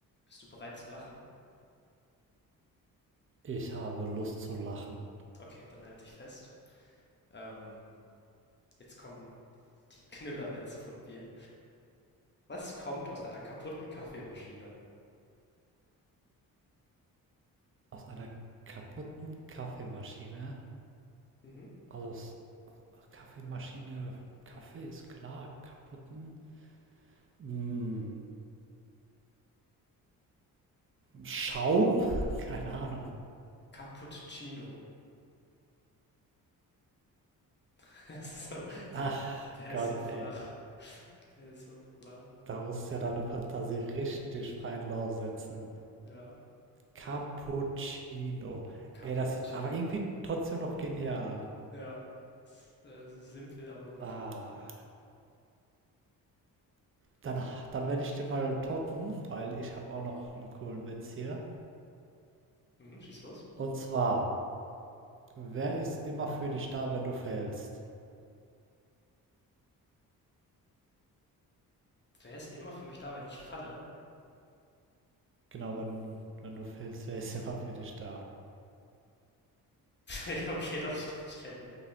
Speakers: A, on the left; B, on the right.
A: Bist du bereit zu lachen?
B: Ich habe Lust zu lachen.
A: Okay, dann halt dich fest. Ähm, jetzt kommen die <laughs> Knüllerwitze von mir. Was kommt aus einer kaputten Kaffeemaschine?
B: Aus einer kaputten Kaffeemaschine,
A: Mhm.
B: also aus Kaffeemaschine, Kaffee ist klar, kaputten mm, Schaum? <laughs> Keine Ahnung.
A: Cappuccino. <laughs> Der ist so,
B: Ach
A: der
B: Gott,
A: ist so flach.
B: ey.
A: Der ist so flach.
B: Da musst du ja deine Fantasie richtig freien Lauf setzen.
A: Ja.
B: Cappuccino.
A: Cappuccino.
B: Ey, das ist aber irgendwie trotzdem noch genial.
A: Ja. Ist, äh, simpel, aber gut.
B: Ah, dann, dann werde ich den mal toppen, weil ich habe auch noch einen coolen Witz hier.
A: Mhm, schieß los.
B: Und zwar, Wer ist immer für dich da, wenn du fällst?
A: Wer ist immer für mich da, wenn ich falle?
B: Genau, wenn, wenn du fällst, wer ist immer für dich da?
A: <laughs> okay, doch, ich glaube, ich kenne den.